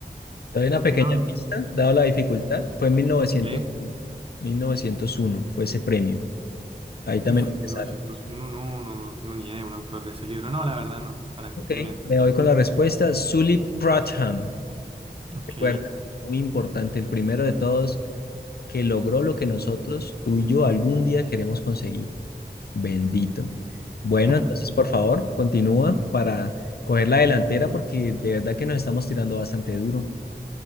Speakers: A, on the left; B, on the right.
A: Te doy una pequeña
B: No, no,
A: pista, dado la dificultad,
B: no.
A: fue en 1901.
B: ¿Qué?
A: 1901 fue ese premio. Ahí también
B: Uf,
A: empezaron.
B: 1901, no, no, no tengo ni idea de un autor de ese libro. No, la verdad no. ¿Para
A: Ok,
B: qué te miento?
A: me voy con la respuesta. Sully Pratcham.
B: Ok.
A: Recuerda, muy importante, el primero de todos que logró lo que nosotros, tú y yo, algún día queremos conseguir. Bendito. Bueno,
B: <laughs>
A: entonces, por favor, continúa para coger la delantera porque de verdad que nos estamos tirando bastante duro.